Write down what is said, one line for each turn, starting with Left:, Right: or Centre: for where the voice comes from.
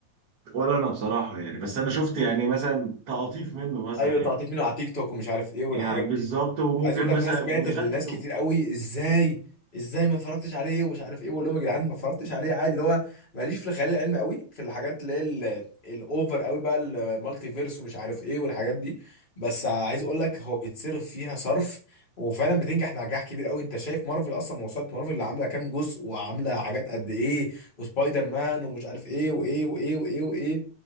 Right: ولا انا بصراحة يعني بس انا شفت يعني مثلا تقاطيف منه مثلا
Left: ايوه تقطيع
Right: يعني
Left: منه على تيك توك ومش عارف ايه والحاجات
Right: يعني بالظبط
Left: دي
Right: وممكن
Left: عايز اقول لك
Right: مثلا
Left: ناس سمعت
Right: ودخلت
Left: ان ناس
Right: في
Left: كتير قوي ازاي ازاي ما اتفرجتش عليه ومش عارف ايه بقول لهم يا جدعان ما اتفرجتش عليه عادي اللي هو ماليش في الخيال العلمي قوي في الحاجات اللي هي ال- الاوفر قوي بقى المالتي فيرس ومش عارف ايه والحاجات دي بس عايز اقول لك هو بيتصرف فيها صرف وفعلا بتنجح نجاح كبير قوي انت شايف مارفل اصلا موسوعه مارفل اللي عامله كام جزء وعامله حاجات قد ايه وسبايدر مان ومش عارف ايه وايه وايه وايه وايه